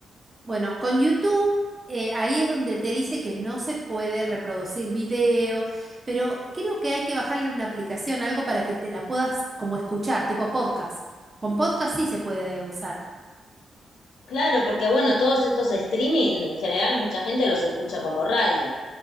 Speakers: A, on the right (about 30°); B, on the left (about 90°).
A: bueno, con YouTube, eh, ahí es donde te dice que no se puede reproducir video, pero creo que hay que bajarle una aplicación, algo para que te la puedas como escuchar, tipo podcast. Con podcast sí se puede usar.
B: Claro, porque bueno, todos estos streaming, en general, mucha gente los escucha como radio,